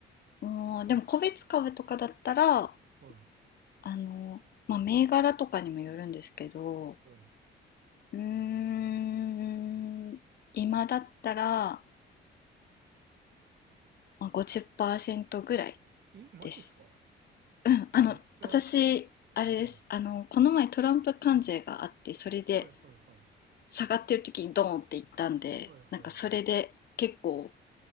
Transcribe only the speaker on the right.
はい。
は
い。え、マジっすか
めっちゃ、
うん。
はいはいはい。
はいはいは